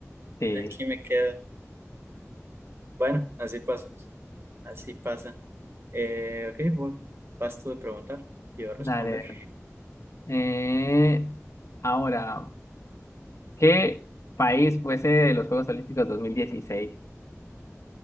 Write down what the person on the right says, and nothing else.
aquí me quedo. Bueno, así pasa, así pasa. Eh, ok, pues vas tú de preguntar, yo a responder.